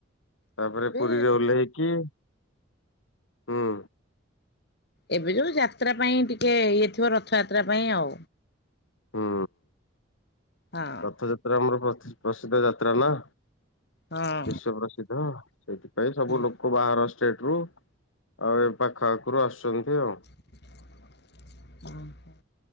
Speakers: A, on the left; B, on the left.
A: ତାପରେ
B: ହଁ ଏବେ
A: ପୁରୀରେ ଓହ୍ଲେଇକି ହୁଁ।
B: ଏବେ ଯୋଉ ଯାତ୍ରା ପାଇଁ ଟିକେ ଇଏ ଥିବ ରଥଯାତ୍ରା ପାଇଁ ଆଉ।
A: ହୁଁ
B: ହଁ
A: ରଥଯାତ୍ରା ଆମର ପ୍ରତ୍ ପ୍ରସିଦ୍ଧ ଯାତ୍ରା ନା।
B: ହଁ
A: ବିଶ୍ଵ ପ୍ରସିଦ୍ଧ ସେଇଥିପାଇଁ ସବୁ
B: ହଁ
A: ଲୋକ୍ କ ବାହାର ଷ୍ଟେଟ ରୁ ଆଉ ଏ ପାଖ ଆଖରୁ ଆସୁଚନ୍ତି ଆଉ।
B: ଅ ହଁ।